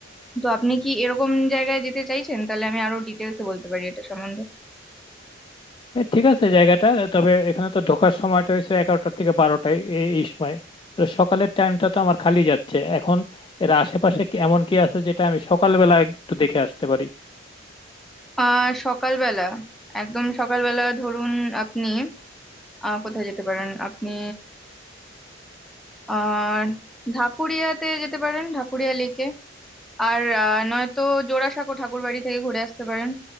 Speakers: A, in the centre; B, on the left (about 25°).
A: তো আপনি কি এরকম জায়গায় যেতে চাইছেন তাহলে আমি আরো ডিটেলসে বলতে পারি এটা সম্বন্ধে
B: এ, ঠিক আছে জায়গাটা তবে এখানে তো ঢোকার সময়টা হয়েছে এগারোটার থেকে বারোটায় এই এই সময় তাহলে সকালের টাইমটা তো আমার খালি যাচ্ছে এখন এর আশেপাশে কি- এমন কি আছে যেটা আমি সকালবেলা একটু দেখে আসতে পারি
A: আহ সকালবেলা একদম সকালবেলা ধরুন আপনি আহ কোথায় যেতে পারেন আপনি আর ঢাকুরিয়াতে যেতে পারেন ঢাকুরিয়া লেকে আর আহ, নয়তো জোড়াসাঁকো ঠাকুরবাড়ি থেকে ঘুরে আসতে পারেন